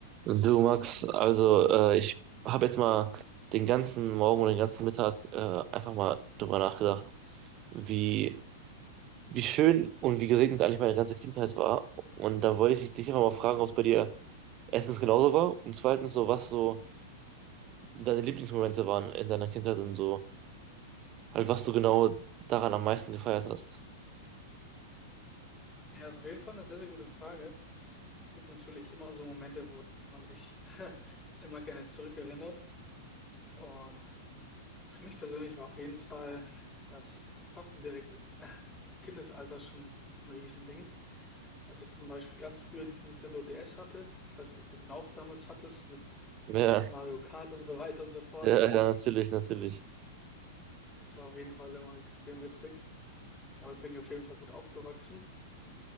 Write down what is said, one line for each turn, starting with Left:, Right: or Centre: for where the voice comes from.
Right: Du Max, also äh, ich habe jetzt mal den ganzen Morgen und den ganzen Mittag äh, einfach mal drüber nachgedacht, wie, wie schön und wie gesegnet eigentlich meine ganze Kindheit war. Und da wollte ich dich einfach mal fragen, ob es bei dir erstens genauso war und zweitens so, was so deine Lieblingsmomente waren in deiner Kindheit und so, halt was du genau daran am meisten gefeiert hast.
Left: Ja, ist auf jeden Fall eine sehr, sehr gute Frage. Es gibt natürlich immer so Momente, wo man sich <laughs> immer gerne zurückerinnert. Und für mich persönlich war auf jeden Fall das das Zocken direkt <laughs> im Kindesalter schon ein Riesending. Als ich zum Beispiel ganz früher diesen Nintendo DS hatte, ich weiß nicht, ob du den auch damals hattest, mit
Right: Ja,
Left: Mario Kart und so weiter und so fort.
Right: ja, ja, natürlich, natürlich.
Left: Das war auf jeden Fall immer extrem witzig. Damit bin ich auf jeden Fall gut aufgewachsen.